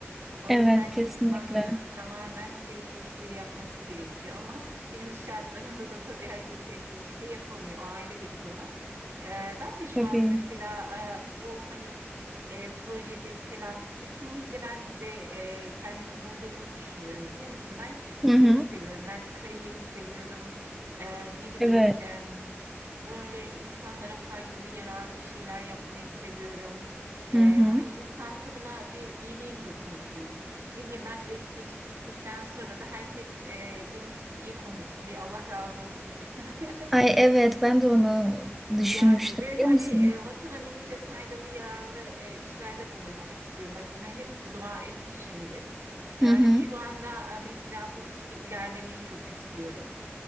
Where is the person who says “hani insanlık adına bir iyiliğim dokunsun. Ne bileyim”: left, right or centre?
Right